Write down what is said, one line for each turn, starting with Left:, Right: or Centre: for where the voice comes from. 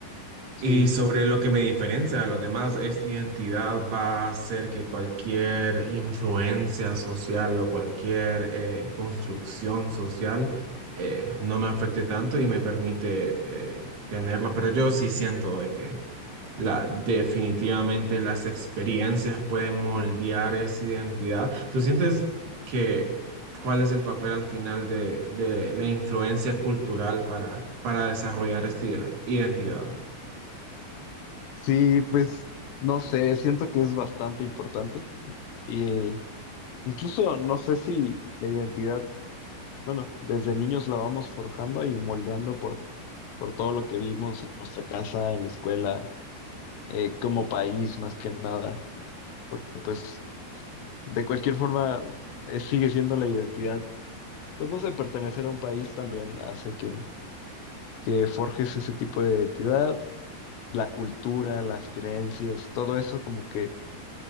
Left: Sí.
Right: Y sobre lo que me diferencia de los demás, esta identidad va a ser que cualquier influencia social o cualquier eh, construcción social eh, no me afecte tanto y me permite eh, tenerlo. Pero yo sí siento de que la, definitivamente las experiencias pueden moldear esa identidad. ¿Tú sientes que cuál es el papel al final de, de la influencia cultural para, para desarrollar esta idea- identidad?
Left: Sí, pues no sé, siento que es bastante importante y incluso no sé si la identidad, bueno, desde niños la vamos forjando y moldeando por, por todo lo que vimos en nuestra casa, en la escuela, eh, como país más que nada, porque pues de cualquier forma eh, sigue siendo la identidad, pues no sé, pertenecer a un país también hace que, que forjes ese tipo de identidad, la cultura, las creencias, todo eso como que